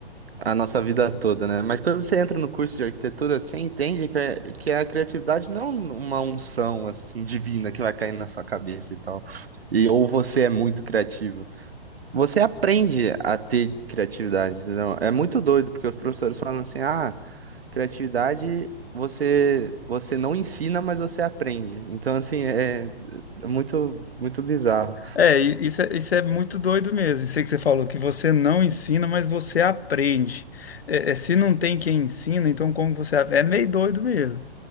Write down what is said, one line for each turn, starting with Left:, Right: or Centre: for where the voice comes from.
Right: a nossa vida toda, né? Mas quando você entra no curso de arquitetura, você entende que, é- que é a criatividade não é uma unção, assim, divina que vai cair na sua cabeça e tal. E ou você é muito criativo. Você aprende a ter criatividade, entendeu? É muito doido, porque os professores falam assim, ah, criatividade você você não ensina, mas você aprende. Então, assim, é, é muito, muito bizarro.
Left: É, e isso é, isso é muito doido mesmo. Sei que você falou que você não ensina, mas você aprende. É, é, se não tem quem ensina, então como você... É meio doido mesmo.